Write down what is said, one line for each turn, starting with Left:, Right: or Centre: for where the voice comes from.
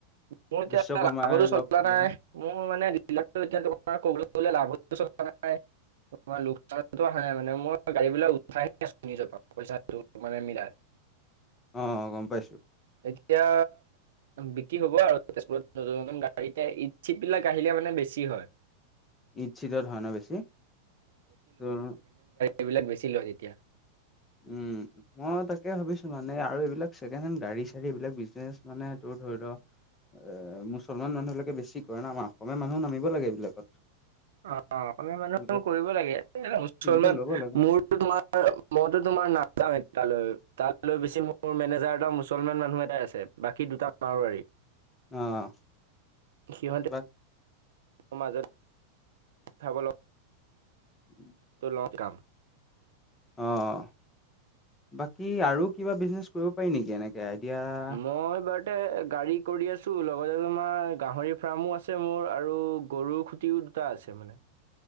Right: মোৰ এতিয়া
Left: বিশ্বকৰ্মাই
Right: লাভতো চলা
Left: লগ দিলা
Right: নাই মোৰ মানে ডিলাৰটো এতিয়া তোমাৰ কবলে গ'লে লাভতো চলা নাই, তোমাৰ লো কচানতো আহা নাই মানে। মই গাড়ী বিলাক উঠাইহে আছো নিজৰ পৰা পইচাটো মানে মিলাই।
Left: অঁ গম পাইছোঁ।
Right: এতিয়া বিক্ৰী হ'ব আৰু নতুন নতুন গাড়ীতে ঈদ-চিদ বিলাক আহিলে মানে বেছি হয়।
Left: ঈদ- চিদত হয় ন বেছি? তোৰ
Right: এইবিলাক বেছি লয় তেতিয়া।
Left: উম। মই তাকে ভাবিছো মানে আৰু এইবিলাক ছেকেণ্ডহেণ্ড গাড়ী- চাড়ী এইবিলাক বিজনেছ মানে তোৰ ধৰি ল' এ মুছলমান মানুহবিলাকে বেছি কৰে না, আমাৰ অসমীয়া মানুহো নামিব লাগে এইবিলাকত।
Right: অ অসমীয়া মানুহে
Left: এইবিলাক
Right: কৰিব লাগে, এতিয়া মুছলমান
Left: ফিল্ডটো ল'ব লাগে।
Right: মোৰতো তোমাৰ আ মইতো তোমাৰ নাযাও য়ে তালৈ, তালৈ বেছি মোৰ মেনে জাৰ এটা মুছলমান মানুহ এটাই আছে, বাকী দুটা মাৰোৱাৰী।
Left: অহ,
Right: সিহঁতে
Left: বা
Right: <unintelligible>
Left: <inaudible>
Right: <unintelligible>
Left: অ অ, বাকী আৰু কিবা বিজনেছ কৰিব পাৰি নেকি এনে <unintelligible>
Right: মই বাৰ তে গাড়ী কৰি আছো লগতে তোমাৰ গাহৰি ফাৰ্মো আছে মোৰ আৰু গৰুৰ খুঁটিও টা আছে মানে।